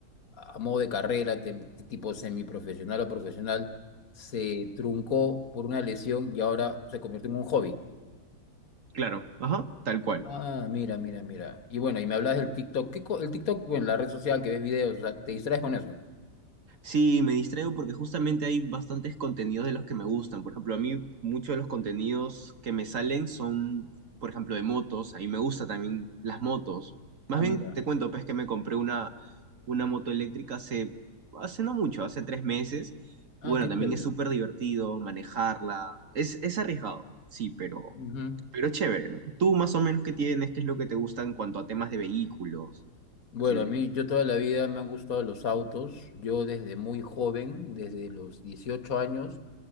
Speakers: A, on the left; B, on the right.
A: a modo de carrera, tem- tipo semiprofesional o profesional, se truncó por una lesión y ahora se convierte en un hobby.
B: claro, ajá, tal cual.
A: Ah, mira, mira, mira. Y bueno, y me hablas del TikTok. ¿Qué co- el TikTok, bueno, la red social que ves videos, o sea, te distraes con eso.
B: Sí, me distraigo porque justamente hay bastantes contenidos de los que me gustan. Por ejemplo, a mí muchos de los contenidos que me salen son, por ejemplo, de motos. A mí me gusta también las motos. Más
A: Ah,
B: bien
A: mira.
B: te cuento, pues, que me compré una, una moto eléctrica hace, hace no mucho, hace tres meses.
A: Ah,
B: Y bueno,
A: qué
B: también
A: chévere.
B: es súper divertido manejarla. Es, es arriesgado, sí, pero,
A: Ujú.
B: pero es chévere, ¿no? Tú más o menos qué tienes, qué es lo que te gusta en cuanto a temas de vehículos,
A: Bueno,
B: así.
A: a mí, yo toda la vida me han gustado los autos. Yo desde muy joven, desde los 18 años,